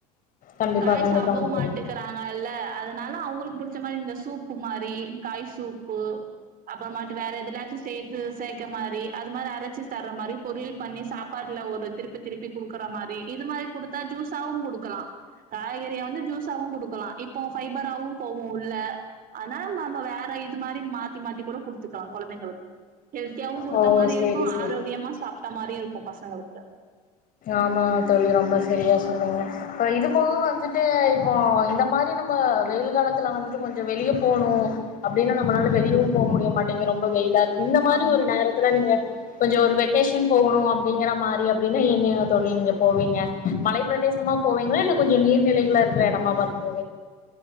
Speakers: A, on the left; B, on the right.
A: கண்டிப்பா
B: காய்
A: கண்டிப்பாங்க
B: சாப்படுவு மாட்டிக்
A: தோழி
B: கறாங்கல்ல அதனால அவுங்களுக்கு பிடிச்ச மாரி இந்த சூப்பு மாரி காய் சூப்பு அப்பறமாட்டு வேற எதுலாச்சு சே ர்க்க மாரி அது மாரி அரைச்சு சர்ற மாரி பொரியல் பண்ணி சாப்பாட்டுல ஒரு திருப்பி திருப்பி குடுக்கற மாரி இது மாரி குடுத்தா ஜூஸாவு குடுக்கலா காய்கறிய வந்து ஜூஸாவு குடுக்கலா இப்போ ஃபைபராவு போவு உள்ள அனா நம்ம வேற இது மாரி மாத்தி மாத்தி கூட குடுத்துக்கலா கொழந்தைங்களுக் ஹெல்த்தியாவு குடுத்த
A: ஓ
B: மாரி
A: சேரி
B: இருக்கு
A: சேரி
B: ஆரோக்கியமா சாப்ட்ட மாரியு இருக்கு பசங்களுக்கு
A: ஆமா தோழி ரொம்ப செரியா சொன்னீங்க அப்றோ இதுக்கூ வந்துட் டு இப்போ இந்த மாரி நம்ப வெயில் காலத்துல வந்து கொஞ்சோ வெளிய போணு அப்டின்னா நம்மனால வெளியவு போக முடிய மாட்டேங்கு ரொம்ப வெயிலாருக் இந்த மாரி
B: ஆமா.
A: ஒரு நேரத்துல நீங்க கொஞ்சோ ஒரு வெக்கேஷன் போகணு அப்டிங்கிற மாரி அப்டின் னு எங்கங்க தோழி நீங்க போவீங்க மலைப் பிரதேசமா போவீங்களா இல்ல கொஞ் இல்ல நீர்நிலைகளா இருக்கற எடமா பாத்து போ